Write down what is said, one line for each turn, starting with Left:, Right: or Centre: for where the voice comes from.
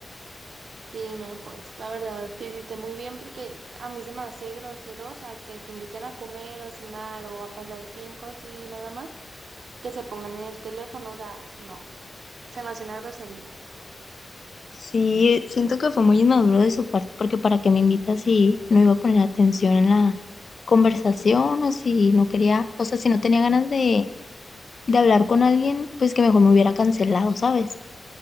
Right: Sí, no, pues la verdad, hiciste muy bien porque a mí se me hace grosero, o sea, que te inviten a comer o cenar o a pasar tiempo así nada más, que se pongan en el teléfono, o sea, no, se me hace una grosería.
Left: Sí, siento que fue muy inmaduro de su parte porque para qué me invita si no iba a poner atención en la conversación o si no quería, o sea, si no tenía ganas de, de hablar con alguien, pues que mejor me hubiera cancelado, ¿sabes?